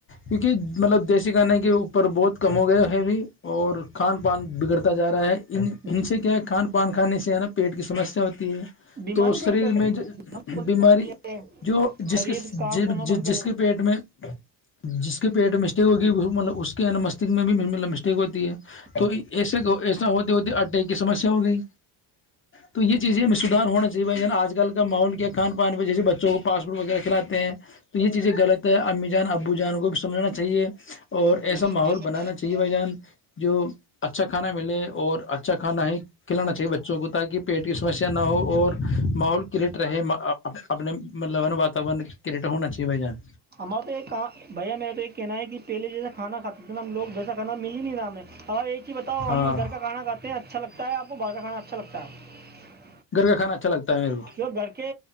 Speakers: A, on the left (about 30°); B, on the right (about 20°).
A: کیونکہ مطلب دیسی کھانے کے اوپر بہت کم ہو گیا ہے بھی اور کھان پان بگڑتا جا رہا ہے ان ان
B: جی
A: سے کیا ہے کھان پان کھانے سے ہے نا پیٹ کی سمسیا ہوتی ہے
B: بیماری
A: تو
B: بہت
A: شریر
B: بڑھتی
A: میں
B: بیماری بہت
A: بیماری
B: بڑھتی ہے
A: جو جس
B: شریر
A: کے
B: کام
A: ج
B: کرنا بند
A: جس
B: کر
A: کے پیٹ میں جس کے پیٹ میں مسٹیک ہوگی مطلب اس کے ن مستک میں بھیب مسٹیک ہوتی ہے توے
B: دیتا
A: ایا
B: ہے
A: ہوتے ہوتی اٹ کی سمسیا ہو گئی تو یہ چیزیں میں سھار ہونا چاہیے آج کل کا ماول کیا کھان پان پہ جیسے بچوں کو پاسٹ فوڈ وغیرہ کھلاتے تو یہ چیزیں غلط ہے امی جان ابو جان کو بھی سمجھا چاہیے اور
B: جی
A: ایسا ماحول بنانا چاہیے بھائی جان جو اچھا کھانا ملے اور اچھا کھانا ہی کھلانا چاہیے بچوں کو تاکہ پیٹ کی سمسیا نہ ہو اور ماحول کریٹ رہے اپنے مطلب ہے نا وااتاورن کریٹ ہونا چاہیے بائی جان
B: ہمارا تو یہ کہاں بھیا میرا تو یہ کہنا ہے کہ پہلے جیسا کھا کھاتے تھے نا ہم لوگ جیسا کھا مل ہی نہیں تھا ہم ہم ایک ج بتاؤ
A: ہاں
B: ہم گ کاھاناھے ہیں اچھا لگتا ہےپ کو باہر کاھانا اچھا لگتا کتا <unintelligible>
A: گھر کا کانا اچھا لگتا ہے میرے کو
B: کی گھر کے